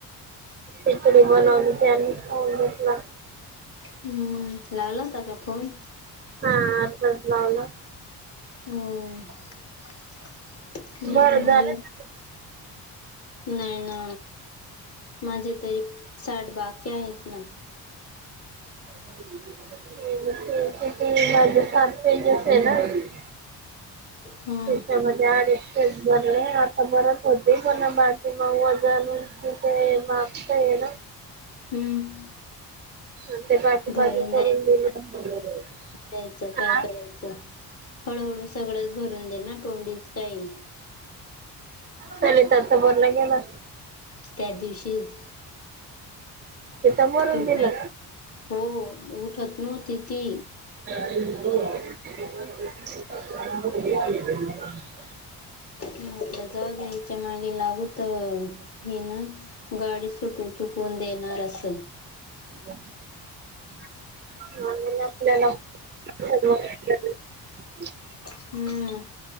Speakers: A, on the right; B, on the left.
A: इकडे बनवते आणि लात.
B: हम्म लावला होता का फोन
A: हा आताच लावला.
B: हो नाही
A: बरं
B: त मग.
A: झालं ना
B: नाही ना माझे तरी साठ बाग. त्याहेत ना.
A: <inaudible>
B: हम्म.
A: त्याच्यामध्ये आडिशे बर आता बरत होते पणा बा. ते नऊ हजार मग ते मागच हे ना.
B: हम्म.
A: अन ते पाचशे
B: भरून
A: बाजूला करून
B: द्यायच
A: दिले.
B: द्यायचं
A: हं..
B: काय करायचं हळूहळू सगळंच भरून दे ना तोंडीच काही.
A: चलितच बोरला गेला.
B: त्या दिवशीच
A: तिथं भरून
B: उठाय...
A: दिलं
B: हो उठत नव्हती ती.
A: <inaudible>
B: म्हटंल जाऊ दे ईच्या मागे लागून.. त हि ना गाडी सुट चुकवून देणार अस.
A: अ.. म्ह आपल्यालाव. <unintelligible>
B: हम्म